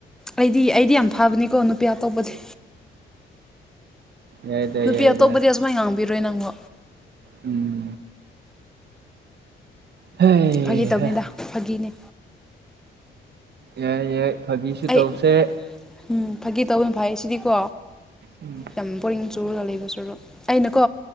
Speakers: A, in the centre; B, on the right.
A: ꯑꯩꯗꯤ ꯑꯩꯗꯤ ꯌꯥꯝ ꯐꯥꯕꯅꯤꯀꯣ ꯅꯨꯄꯤ ꯑꯇꯣꯞꯄꯗꯤ
B: ꯌꯥꯏꯗ
A: ꯅꯨꯄꯤ
B: ꯌꯥꯏꯗ
A: ꯑꯇꯣꯞꯄꯗꯤ ꯑꯁꯨꯃꯥꯏꯅ ꯉꯥꯡꯕꯤꯔꯣꯏ ꯅꯪꯕꯨ
B: ꯎꯝ ꯍꯩ
A: ꯐꯥꯒꯤ ꯇꯧꯕꯅꯤꯗ
B: ꯍꯥ
A: ꯐꯥꯒꯤꯅꯦ
B: ꯌꯥꯏ ꯌꯥꯏ ꯐꯥꯕꯁꯨ
A: ꯑꯩ
B: ꯇꯧꯁꯦ
A: ꯎꯝ ꯐꯥꯒꯤ ꯇꯧꯕꯅ ꯐꯩ ꯁꯤꯗꯤꯀꯣ
B: ꯎꯝ
A: ꯌꯥꯝ ꯕꯣꯔꯤꯡ ꯆꯨꯔꯒ ꯂꯩꯕ ꯁꯔꯨꯛ ꯑꯩꯅꯀꯣ